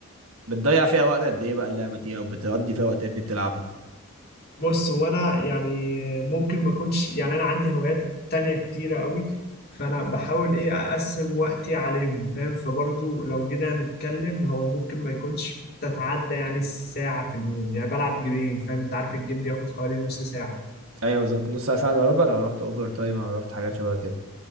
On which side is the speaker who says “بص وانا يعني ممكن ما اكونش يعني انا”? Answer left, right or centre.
Left